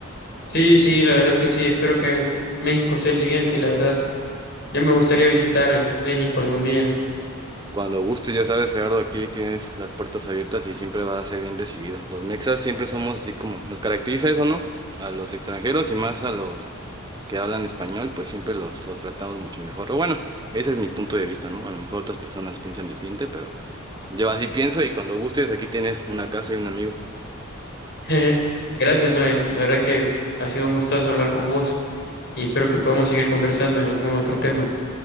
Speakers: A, on the left (about 55°); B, on the right (about 20°).
A: Sí, sí, la verdad es que sí. Espero que México sea el siguiente, la verdad. Ya me gustaría visitar México algún día.
B: Cuando gustes, ya sabes, Gerardo, aquí tienes las puertas abiertas y siempre vas a ser bien recibido. Los mexas siempre somos así como, nos caracteriza eso, ¿no? A los extranjeros y más a los que hablan español, pues siempre los, los tratamos mucho mejor. O bueno, ese es mi punto de vista, ¿no? A lo mejor otras personas piensan diferente, pero yo así pienso y cuando gustes aquí tienes una casa y un amigo.
A: <laughs> Gracias, Noé. La verdad es que ha sido un gustazo hablar con vos y espero que podamos seguir conversando en algún otro tema.